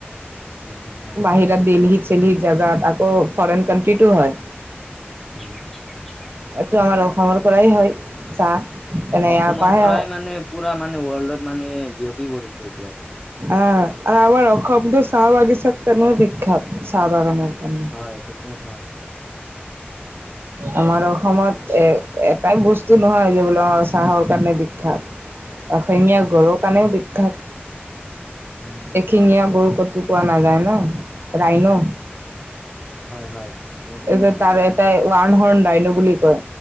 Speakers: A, in the centre; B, on the right (about 65°).
A: উম হয় হয়
B: বাহিৰা দিলহিত চেলহি জোগাত আকৌ ফৰেন কানট্ৰি টো, হয়।
A: উম, চজ
B: এইটো আমাৰ অসমৰ পৰাই হয়, চাহ। এনে
A: অসমৰ
B: ইয়াৰ পৰাহে
A: পৰাই মানে পুৰা মানে ৱৰ্ল্ডত মানে বিয়পি পৰিছে এইটো আৰু
B: আহ, আৰু আমাৰ অসম্টোো চাহ বাগিচাত কনে বিখ্যাত। চাহ বাগানৰ
A: উ,
B: কাৰণে।
A: হয়, সেইটো হয়।
B: আমাৰ অসমত এ-এটাই বস্তু নহয় যে বোলো চাহৰ কাৰণে বিখ্যাত। এশিঙীয়া গড়ৰ কাৰণেও বিখ্যাত।
A: উম
B: এশিঙীয়া
A: হয়
B: গড় কতো পোৱা নাযায় ন। ৰাইনো
A: হয় হয়। সেইটোৱে বিচাৰিম
B: এই যে তাৰ এটাই <unintelligible> ৰাইন বুলি কয়